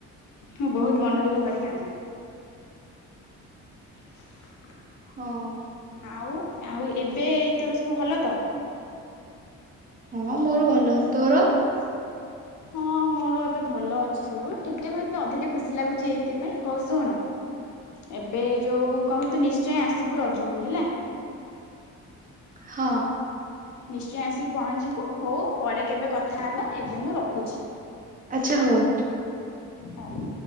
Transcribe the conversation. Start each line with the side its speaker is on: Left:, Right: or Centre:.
Left: ମୁଁ ବହୁତ ମନ ଦୁଃଖ କରି କାନ୍ଦେ। <inaudible>
Right: ହଁ।
Left: ଆଉ, ଆଉ ଏବେ ତୋର ସବୁ ଭଲ ତ?
Right: ହଁ ମୋର ଭଲ ତୋର? <inaudible>
Left: ହଁ ମୋର ଏବେ ଭଲ ଅଛି ସବୁ। ଠିକ ଟାଇମରେ ହେଇଥିଲେ ମତେନ୍ତୁ ଅଧିକଟିକେ ଖୁସି ଲାଗୁଚି ଏଇଥିପାଇଁ ହୋଉ ଶୁଣ। ଏବେ ଯେଉଁ କହତୁ ନିଶ୍ଚୟ ଆସିବୁ ରଜକୁ ହେଲା।
Right: ହ।
Left: ନିଶ୍ଚୟ ଆସିକି ପହଞ୍ଚିବୁ ହୋଉ ପରେ କେବେ କଥା ହବା ଏବେ ମୁଁ ରଖୁଛି।
Right: ଆଚ୍ଛା ହୋଉ।
Left: ହୋଉ।